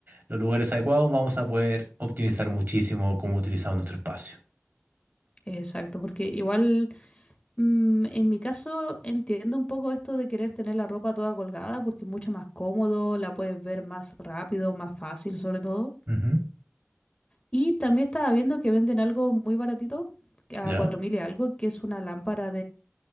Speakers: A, on the right (about 45°); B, on the left (about 25°).
A: los lugares adecuados, vamos a poder optimizar muchísimo cómo utilizamos nuestro espacio.
B: Exacto, porque igual mm, en mi caso entiendo un poco esto de querer tener la ropa toda colgada porque es mucho más cómodo, la puedes ver más rápido, más fácil sobre todo.
A: Ujú,
B: Y también estaba viendo que venden algo muy baratito, a
A: ¿Ya?
B: 4.000 y algo, que es una lámpara